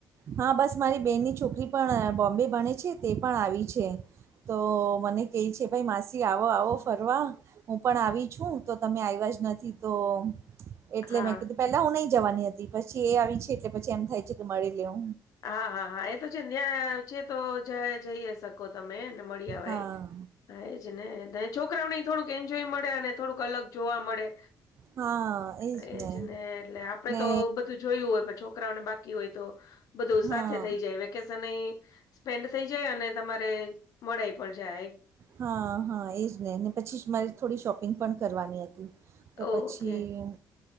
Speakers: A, on the right; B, on the left.
A: હા, બસ મારી બેનની છોકરી પણ બોમ્બે ભણે છે, તે પણ આવી છે. તો મને કેય છે, ભાઈ માસી આવો-આવો ફરવા. હું પણ
B: હા
A: આવી છું, તો તમે આયવા જ નથી, તો એટલે
B: હા
A: મેં કીધું. પેલા હું નઈ જવાની હતી, પછી એ આવી છે, એટલે પછી એમ થાય છે કે, મળી લેવ.
B: હા, હા, હા, એતો છે, ન્યા છે, તો જઈ શકો તમે મળી આવાય.
A: હા
B: હા, એજને છોકરાઓની થોડુંક એન્જોય મળે, અને થોડુંક અલગ જોવા મળે.
A: હા. એજ
B: એજને,
A: ને
B: એટલે આપડે
A: ને
B: તો બધું જોયું હોય, પણ છોકરાઓને બાકી હોય તો ધુ
A: હા
B: સાથે થઈ જાય, વેકેશન એ સ્પેન્ડ થઈ જાય, અને તમારે મળાઈ પણ જાય.
A: હા, હા, એજને ને, પછી જ મારે થોડી શોપિંગ પણ કરવાની અતી. તો
B: ઓકે
A: પછી